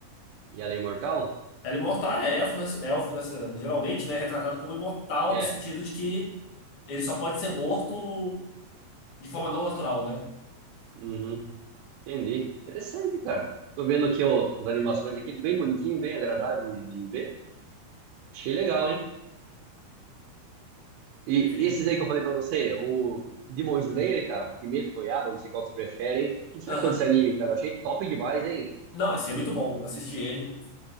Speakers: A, on the right; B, on the left.
A: e ela é imortal?
B: Ela imortal é elfo, nessa, elfo nessa, geralmente, né? Retratado como imortal
A: É,
B: no sentido de que ele só pode ser morto de forma não natural, né?
A: uhum, entendi. Interessante, cara. Tô vendo aqui ó, as animações aqui, bem bonitinho, bem agradável de de ver. Achei legal, hein? E,
B: Sim.
A: e esses aí que eu falei pra você, o Demon Slayer, cara, Kimetsu no Yaiba, não sei qual que você prefere, hein? O que você
B: Aham.
A: achou desse anime, cara? Eu achei top demais, hein?
B: Não, esse é muito bom. Eu assisti ele.